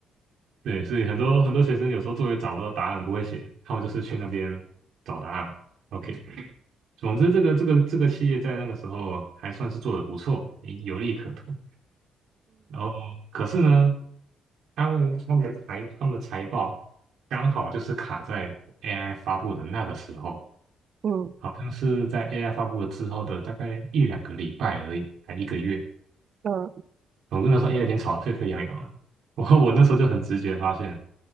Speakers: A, on the right; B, on the right.
A: 对，所以很多很多学生有时候作业找不到答案，不会写，他们就是去那边找答案。OK，总之这个这个这个企业在那个时候还算是做得不错，有利可图。然后可是呢，他们他们的财他们的财报刚好就是卡在 AI 发布的那个时候，
B: 嗯
A: 好像是在 AI 发布了之后的大概一两个礼拜而已，才一个月。
B: 嗯嗯，
A: 总之那时候 AI 已经炒得沸沸扬扬了，我我那时候就很直觉发现，